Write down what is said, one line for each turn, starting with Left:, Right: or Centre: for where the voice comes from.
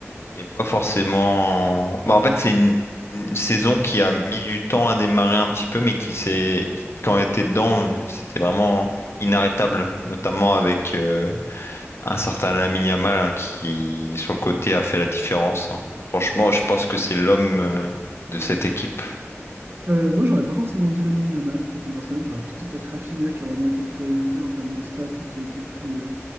Left: est pas forcément. Bah, en fait, c'est une, une saison qui a mis du temps à démarrer un petit peu, mais qui s'est. Quand elle était dedans, euh, c'était vraiment inarrêtable, notamment avec euh, un certain Lamine Yamal hein, qui, sur le côté, a fait la différence. hein. Franchement, je pense que c'est l'homme euh, de cette équipe.
Right: Euh, moi, j'aurais pas forcément dit Lamine Yamal côté Barcelone, j'aurais plus dit peut-être Rafinha qui a vraiment été plus régulier en termes de stats et qui a été plus, euh,